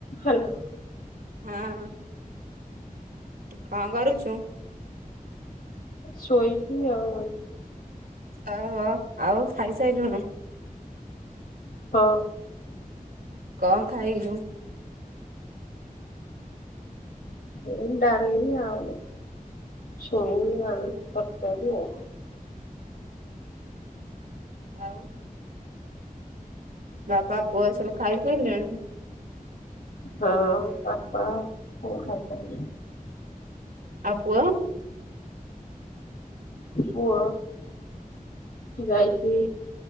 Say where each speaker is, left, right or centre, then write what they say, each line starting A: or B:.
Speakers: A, on the left; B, on the right.
A: Hello.
B: ହଁ କଣ କରୁଛୁ?
A: ଶୋଇଛି ଆଉ।
B: ଓହୋ ଆଉ ଖାଇସାରିଲୁଣି।
A: ହଁ।
B: କଣ ଖାଇଲୁ?
A: ଏ ଡାଲି ଆଉ। ଛୁଇଁ ଆଳୁ ତରକାରୀ ଆଉ।
B: ଆଉ ବାପା ପୁଅ ସବୁ ଖାଇସାଇଲେଣି।
A: ହଁ ବାପା ପୁଅ ଖାଇ ସାଇଲେଣି।
B: ଆଉ ପୁଅ।
A: ପୁଅ ଯାଇଛି